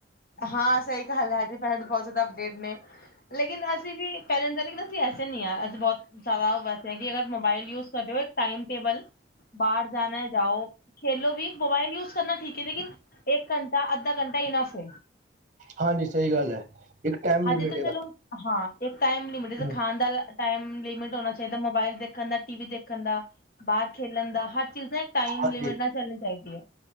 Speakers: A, on the left (about 50°); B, on the right (about 40°).
A: ਹਾਂ, ਸਹੀ ਗੱਲ ਐ ਜੀ ਪੈਲ ਬਹੁਤ ਜ਼ਿਆਦਾ ਅਪਡੇਟ ਨੇ ਲੇਕਿਨ ਅਸੀਂ ਵੀ <unintelligible> ਅਸੀਂ ਐਸੇ ਨਹੀਂ ਆ ਅਸੀਂ ਬਹੁਤ ਜ਼ਿਆਦਾ ਉਹ ਵੈਸੇ ਕਿ ਅਗਰ ਮੋਬਾਇਲ ਯੂਜ ਕਰ ਰੇ ਹੋ। ਟਾਈਮ ਟੇਬਲ ਬਾਹਰ ਜਾਣਾ ਜਾਓ। ਖੇਲੋ ਵੀ ਮੋਬਾਈਲ ਯੂਜ ਕਰਨਾ ਠੀਕ ਐ ਲੇਕਿਨ ਇੱਕ ਘੰਟਾ ਅੱਧਾ ਘੰਟਾ ਇਨਅਫ ਹੈ।
B: ਹਾਂਜੀ, ਸਹੀ ਗੱਲ ਐ ਇੱਕ ਟਾਈਮ ਲਿਮਿਟ
A: ਹਜੇ ਤਾਂ
B: ਏ
A: ਚਲੋ ਹਾਂ ਇੱਕ ਟਾਈਮ ਲਿਮਿਟ
B: ਬਸ,
A: ਖਾਣ ਦਾ। ਟਾਈਮ ਲਿਮਿਟ ਹੋਣਾ ਚਾਹੀਦਾ ਮੋਬਾਇਲ ਦੇਖਣ ਦਾ ਟੀ ਵੀ ਦੇਖਣ ਦਾ ਬਾਹਰ ਖੇਲਣ ਦਾ ਹਰ ਟਾਈਮ
B: ਹਾਂਜੀ
A: ਲਿਮਿਟ ਨਾਲ ਚੱਲਣੀ ਚਾਹੀਦੀ ਹੈ